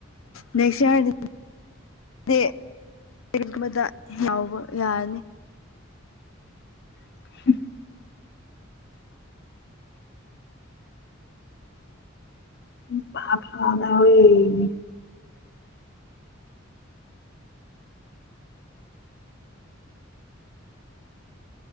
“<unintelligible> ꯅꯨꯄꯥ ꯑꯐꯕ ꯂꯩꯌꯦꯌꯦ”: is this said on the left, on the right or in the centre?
Left